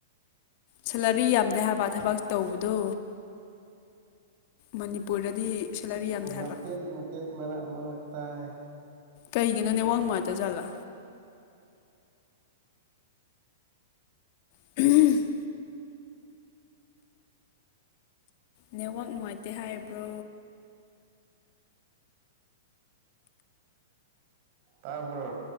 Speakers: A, on the left; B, on the right.
A: ꯁꯦꯂꯔꯤ ꯌꯥꯝꯗꯦ ꯍꯥꯏꯕ ꯊꯕꯛ ꯇꯧꯕꯗꯣ ꯃꯅꯤꯄꯨꯔꯗꯗꯤ ꯁꯦꯂꯔꯤ ꯌꯥꯝꯗꯦ ꯍꯥꯏꯕ
B: ꯃꯇ‌ꯦꯟ ꯃꯇ‌ꯦꯟ ꯃꯔꯛ ꯃꯔꯛ ꯇꯥꯏ
A: ꯀꯩꯒꯤꯅꯣ ꯅꯦꯋꯥꯛ ꯅꯨꯡꯉꯥꯏꯇ ꯖꯥꯠꯂꯥ <unintelligible> ꯅꯦꯠꯋꯥꯛ ꯅꯨꯡꯉꯥꯏꯇꯦ ꯍꯥꯏꯕ꯭ꯔꯣ
B: ꯇꯥꯕ꯭ꯔꯥ